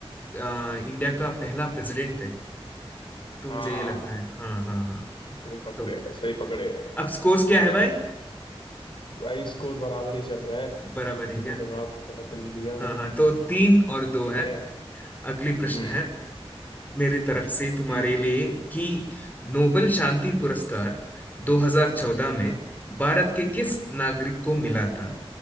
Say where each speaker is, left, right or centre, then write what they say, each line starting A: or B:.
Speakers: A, on the left; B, on the left.
A: अ, इंडिया का पहला प्रेसिडेंट थे तो
B: हाँ
A: मुझे ये लगता है हाँ हाँ हाँ
B: सही पकड़े
A: तो
B: है सही पकड़े है
A: अब स्कोर्स क्या है भाई
B: भाई स्कोर बराबर ही चल रहा है
A: बराबर
B: किसी
A: है क्या
B: ने जवाब गलत नहीं दिया
A: हाँ हाँ तो तीन और दो
B: ठीक
A: है
B: है
A: अगली प्रश्न
B: हम्म
A: है मेरी तरफ से तुम्हारे
B: हम्म
A: लिए कि नोबेल शांति पुरस्कार 2014 में
B: हम्म
A: भारत के किस नागरिक को मिला था